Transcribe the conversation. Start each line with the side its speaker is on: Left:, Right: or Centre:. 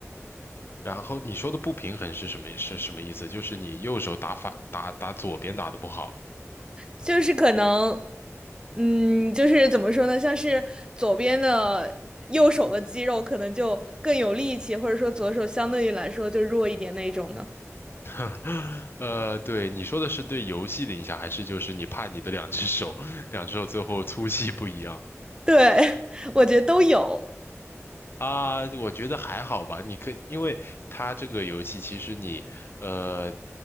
Left: 然后你说的不平衡是什么？是什么意思？就是你右手打反打打左边打的不好。
Right: 就是可能，嗯，就是怎么说呢，像是左边的右手的肌肉可能就更有力气，或者说左手相对于来说就弱一点那一种呢。
Left: <laughs> 呃，对，你说的是对游戏的影响，还是就是你怕你的两只手，两只手最后粗细不一样？
Right: 对，<laughs> 我觉得都有。
Left: 啊，我觉得还好吧。你可，因为它这个游戏，其实你，呃，